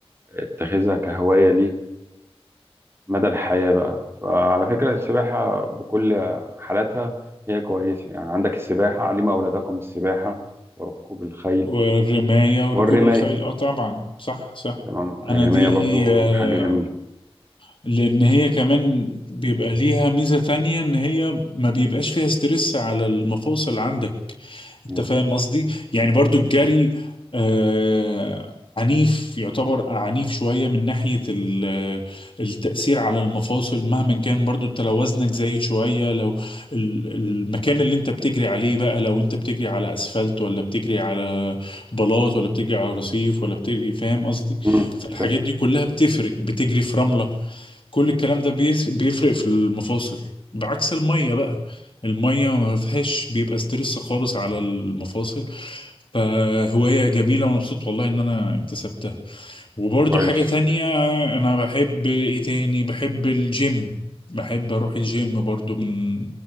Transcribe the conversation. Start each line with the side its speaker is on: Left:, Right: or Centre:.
Right: اتخذها كهواية ليك مدى الحياة بقى فعلى فكرة السباحة بكل حالاتها هي كويسة يعني عندك السباحة علموا أولادكم السباحة وركوب الخيل
Left: والرماية
Right: والرماية
Left: وركوب الخيل اه طبعا صح صح
Right: تمام الرماية
Left: انا دي
Right: برضو
Left: آه،
Right: حاجة جميلة
Left: لان هي كمان بيبقى ليها ميزة تانية ان هي ما بيبقاش فيها ستريس على المفاصل عندك انت
Right: مم.
Left: فاهم قصدي يعني برضو الجري آه عنيف يعتبر عنيف شوية من ناحية ال- التأثير على المفاصل مهما كان برضو انت لو وزنك زايد شوية لو ال- المكان اللي انت بتجري عليه بقى لو انت بتجري على اسفلت ولا بتجري على بلاط ولا بتجري على رصيف ولا بتجري فاهم قصدي
Right: مم.
Left: فالحاجات
Right: فاهم
Left: دي كلها بتفرق بتجري في رملة كل الكلام ده بيس- بيفرق في المفاصل بعكس المية بقى المية ما فيهاش بيبقى ستريس خالص على المفاصل فهواية جميلة وأنا مبسوط والله إن أنا اكتسبتها وبرضو
Right: كويس
Left: حاجة تانية أنا بحب إيه تاني بحب الجيم بحب أروح الجيم برضو من